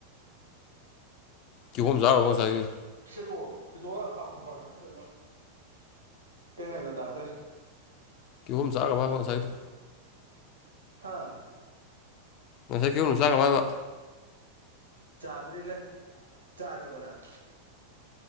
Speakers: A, on the left; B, on the right.
A: ꯀꯤꯍꯣꯝ ꯆꯥꯔꯨꯕ ꯉꯥꯁꯥꯏꯒꯩ
B: ꯁꯦꯗꯣꯑꯣ ꯁꯦꯗꯣꯑꯣ ꯍꯥ ꯀꯣꯝꯄꯥꯛꯇ ꯍꯥꯞꯆꯤꯜꯂꯒ ꯀꯩ ꯍꯥꯏꯅꯣ ꯇꯥꯗ꯭ꯔꯦ
A: ꯀꯤꯍꯣꯝ ꯆꯥꯒ꯭ꯔꯕ ꯍꯥꯏꯕ ꯉꯥꯁꯥꯏꯗꯣ
B: ꯍꯥꯥ
A: ꯉꯁꯥꯏ ꯀꯤꯍꯣꯝꯗꯨ ꯆꯥ ꯈ꯭ꯔꯕ ꯍꯥꯏꯕ
B: ꯆꯥꯗ꯭ꯔꯤ ꯂꯩ ꯆꯥꯔꯕꯣ ꯅꯪ